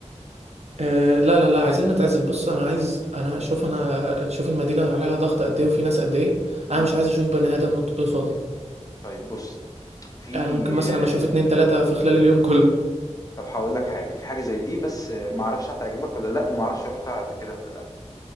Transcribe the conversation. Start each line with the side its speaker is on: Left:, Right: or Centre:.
Right: آه لا لا لا عايزين نتعزل بص انا عايز انا شوف انا شوف المدينة عليها ضغط قد ايه وفي ناس قد ايه انا
Left: مم.
Right: مش عايز اشوف بني ادم قد- قصادي
Left: طيب بص في
Right: يعني ممكن مثلا
Left: آه،
Right: اشوف اتنين تلاتة في خلال اليوم كله
Left: طب هقول لك حاجة في حاجة زي دي بس آه، معرفش هتعجبك ولا لأ ومعرفش رحتها قبل كده ولا لأ